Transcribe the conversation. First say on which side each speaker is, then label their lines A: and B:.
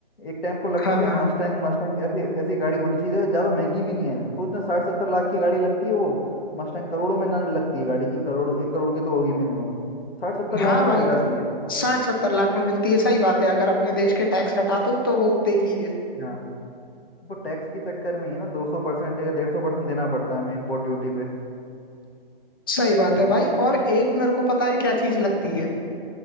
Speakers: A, on the left; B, on the left.
A: एक टाइम को लगता
B: हाँ
A: था
B: हाँ
A: मस्टैंग मस्टैंग ऐसी ऐसी गाड़ी होनी चाहिए जो ज़्यादा महंगी भी नहीं है सोचना साठ सत्तर लाख की गाड़ी लगती है वो मस्टैंग करोड़ों में ना लगती है गाड़ी की करोड़ एक करोड़ की तो होगी मिनिमम साठ सत्तर
B: हाँ
A: लाख में
B: भाई
A: मिल जाती है
B: साठ सत्तर लाख में मिलती है सही बात है अगर अपने देश के टैक्स हटा दो तो वो उतने की है
A: हाँ वो टैक्स के चक्कर में ही है ना दो सौ परसेंट या डेढ़ सौ परसेंट देना पड़ता है हमें इम्पोर्ट ड्यूटी पे
B: सही बात है भाई और एक मेरे को पता है क्या चीज लगती है